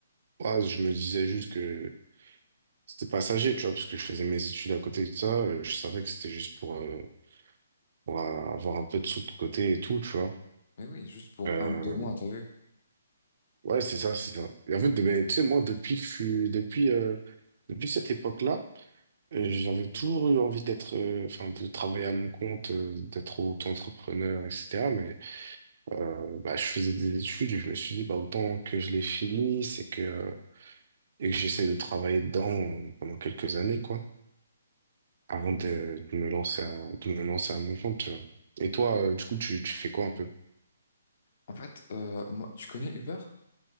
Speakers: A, on the right; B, on the left.
A: moi, je me disais juste que c'était passager, tu vois, parce que je faisais mes études à côté de ça. euh, Je savais que c'était juste pour, euh, pour euh, avoir un peu de sous de côté et tout, tu vois.
B: mais oui, juste pour
A: Euh,
B: un ou deux mois, t'as vu?
A: ouais, c'est ça, c'est ça. Et en fait, ben, tu sais, moi, depuis que je suis, depuis, euh, depuis cette époque-là, euh, j'avais toujours eu envie d'être, euh, enfin, de travailler à mon compte, euh, d'être auto-entrepreneur, etc. Mais euh, bah, je faisais des études et je me suis dit, bah, autant que je les finisse et que, et que j'essaie de travailler dedans euh, pendant quelques années, quoi, avant
B: Bon,
A: de, de me lancer à, de me lancer à mon compte, tu vois. Et toi, euh, du coup, tu, tu fais quoi un peu?
B: En fait, euh, moi, tu connais Uber?